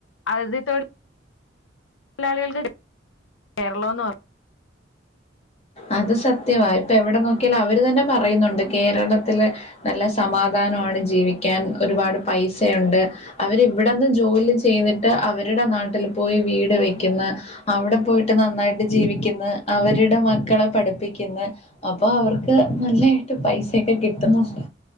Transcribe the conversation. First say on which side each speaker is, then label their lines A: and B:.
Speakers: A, on the left (about 80°); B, on the left (about 30°).
A: അതിഥി തൊഴിൽ <unintelligible> <unintelligible>
B: അത് സത്യവ ഇപ്പൊ എവിടെ നോക്കിയാലും അവര് തന്നെ പറയുന്നുണ്ട് കേരളത്തില് നല്ല സമാധാനമാണ് ജീവിക്കാൻ ഒരുപാട് പൈസുണ്ട് അവരിവിടെന്ന് ജോലി ചെയ്തിട്ട് അവരുടെ നാട്ടിൽ പോയി വീട് വെക്കുന്ന് അവിടെ പോയിട്ട് നന്നായിട്ട് ജീവിക്കുന്ന അവരുടെ പക്കളെ പഠിപ്പിക്കുന്നു അപ്പൊ അവർക്ക് നല്ലതായിട്ട് പൈസൊക്കെ കിട്ടുന്നുണ്ട്